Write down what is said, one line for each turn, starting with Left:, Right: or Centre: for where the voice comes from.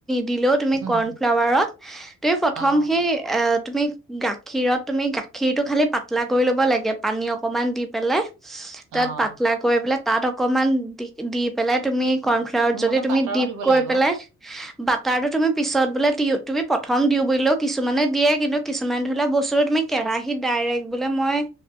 Centre: দিলেও তুমি
Right: উম,
Centre: কৰ্ণফ্লাৱাৰত তুমি প্ৰথম
Right: অ',
Centre: সেই তুমি গাখীৰত তুমি গাখীৰটোত খালি পাতলা কৰি ল'ব লাগে পানী অকমান দি পেলাই তাত
Right: অ',
Centre: পাতলা কয় পেলাই তাত অকমান দি দি পেলাই তুমি ক যদি
Right: মোৰ মতে
Centre: তুমি
Right: বাটাৰো
Centre: টিপ
Right: দিব
Centre: কৰি
Right: লাগিব
Centre: পেলাই বাটাৰটো পিছত বোলে তুমি প্ৰথম দি বুলিকলেও কিছুমানে দিয়ে কিন্তু কিছুমান ধৰি লোৱা বস্তু তুমি কেৰাহিত ডাইৰেক্ট বোলে মই